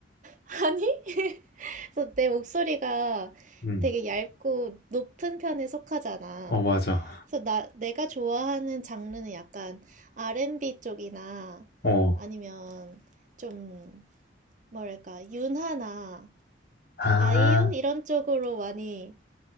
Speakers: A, on the right; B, on the left.
A: <laughs> 아니? <laughs> 그래서 내 목소리가
B: 음,
A: 되게 얇고 높은 편에 속하잖아.
B: 어, 맞아.
A: 그래서 나, 내가 좋아하는 장르는 약간 R&B 쪽이나
B: 어,
A: 아니면 좀 뭐랄까, 윤하나
B: 아,
A: 아이유 이런 쪽으로 많이